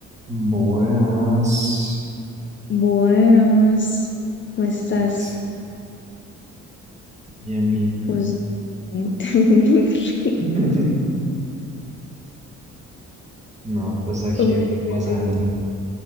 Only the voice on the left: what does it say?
Buenas, ¿cómo estás?
Pues bien. <laughs>
Sobreviviente.